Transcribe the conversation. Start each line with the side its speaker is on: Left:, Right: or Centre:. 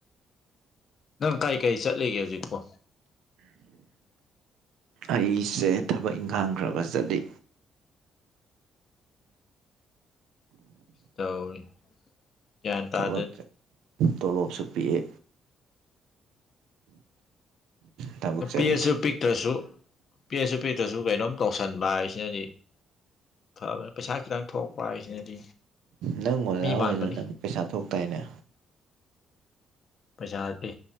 Left: ꯅꯪ ꯀꯔꯤ ꯀꯩ ꯆꯠꯂꯤꯒꯦ ꯍꯧꯖꯤꯛꯄꯣ
Right: ꯑꯩꯁꯦ ꯊꯕꯛ ꯏꯪꯈꯥꯡꯈ꯭ꯔꯕ ꯆꯠꯂꯤ
Left: ꯇꯧꯔꯤ ꯒ꯭ꯌꯥꯟ ꯇꯥꯗ
Right: ꯊꯕꯛ ꯇꯣꯂꯣꯞꯁꯨ ꯄꯤꯛꯑꯦ ꯊꯕꯛ ꯆꯠꯂꯤꯁꯦ
Left: ꯄꯤꯛꯑꯁꯨ ꯄꯤꯛꯇ꯭ꯔꯁꯨ ꯄꯤꯛꯑꯁꯨ ꯄꯤꯛꯇ꯭ꯔꯁꯨ ꯀꯩꯅꯣꯝ ꯇꯧꯁꯟꯕ ꯍꯥꯏꯁꯤꯅꯗꯤ ꯐꯕꯅꯤ ꯄꯩꯁꯥ ꯈꯤꯇꯪ ꯊꯣꯛꯄ ꯍꯥꯏꯁꯤꯅꯗꯤ
Right: ꯅꯪ ꯑꯣꯖꯥ
Left: ꯃꯤ ꯃꯥꯟꯕꯅꯤ
Right: ꯑꯣꯏꯗꯨ ꯅꯪ ꯄꯩꯁꯥ ꯊꯣꯛꯇꯥꯏꯅꯦ
Left: ꯄꯩꯁꯥ ꯅꯠꯇꯦ